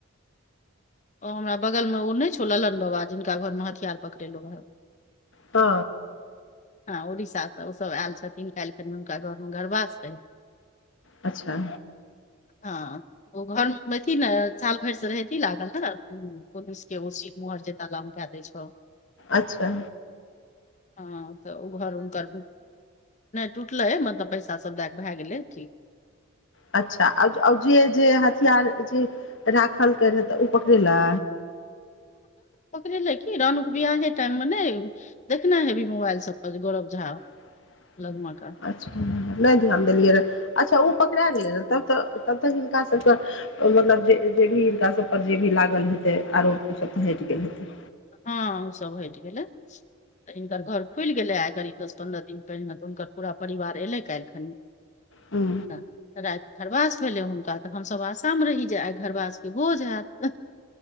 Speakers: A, on the left (about 35°); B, on the left (about 60°).
A: ओ हमरा बगलमे ओ नहि छौ लल्न बाबा जिनका घरमे हथियार पकड़ेलहुँ रहए
B: ह
A: हँ उड़ीसासँ ओसभ आयल छथिन काल्हि कनि हुनका घरमे गरबासँ रहय
B: अच्छा
A: हँ ओ घर मे हेथि ने साल भरि से रहथि लागल ने प वेसी मुहर जे तालाम कए दै छौ
B: अच्छा
A: हँ तऽ ओ घर हुनकर टुटलै ह मतलब पैसा सब दए भए गेलै ठिक
B: अच्छा जे जे हथियार जे खलकै नहि तऽ ओ पकड़े लै
A: पकड़े लै की रानुक बियाहे टाइम मे नै देखने हे भी मोबाइल सब पर गौरब झा
B: ह
A: लगमा के
B: अच्छा <inaudible> नहि ध्यान देलियै रऽ अच्छा ओ पकड़ा गेलै रहऽ तब तऽ तब तक हिनका सबके मतलब जे जे भी हिनका सब पर जे भी लागल हेतै आरोप ओ सब तऽ हटि गेल हेतै
A: हँ ओ सब हटि गेलै तऽ हिनकर घर खुलि गेलै आइ करीब दस पन्द्रह दिन पहिने तऽ हुनकर पूरावार एलै काल्हि खन
B: हुं
A: तऽ राति घरबास भेलै हुनका तऽ हमसभ आशा मे रही जे आइ घरवासके बोझ हाएत